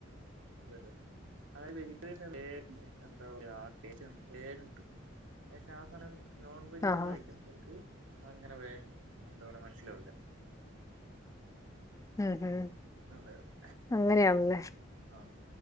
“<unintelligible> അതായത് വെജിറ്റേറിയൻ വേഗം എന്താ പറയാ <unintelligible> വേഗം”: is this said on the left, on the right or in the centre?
Right